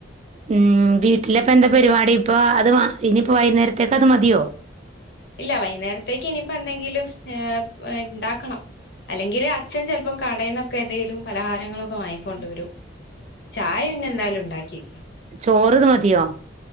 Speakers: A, on the right (about 35°); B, on the left (about 60°).
A: ഉം വീട്ടിലിപ്പ എന്താ പരിപാടി ഇപ്പോൾ അത് ഇനിയിപ്പോൾ വൈകുന്നേരത്തേക്കത് മതിയൊ
B: ഇല്ല വൈകുന്നേരത്തേക്ക് ഇനിപ്പൊ എന്തെങ്കിലും ഉണ്ടാക്കണം അല്ലെങ്കിൽ അച്ഛൻ ചെലപ്പം കടയിൽന്നൊക്കെ എന്തെങ്കിലും പലഹാരങ്ങളൊക്കെ വാങ്ങികൊണ്ട് വരും ചായ പിന്നെ എന്തായാലും ഉണ്ടാക്കി
A: ചോറത് മതിയൊ